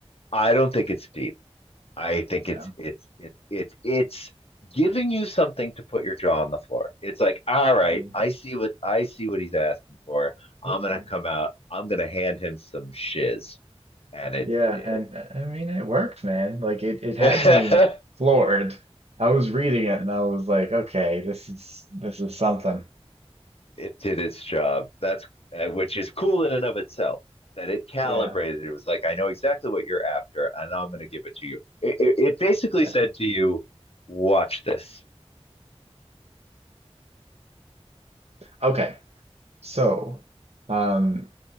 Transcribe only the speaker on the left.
I don't think it's deep. I think
it's it's it, it it's giving you something to put your jaw on the floor. It's like, all right,
I see what I see what he's asking for. I'm
gonna come out. I'm gonna hand him some shiz, and it
did.
<laughs>
it
did its job. That's uh, which is cool in and of itself. That it calibrated.
It was like, I know exactly what you're after, and I'm gonna give it to you. It, it, it basically
said to you, watch this.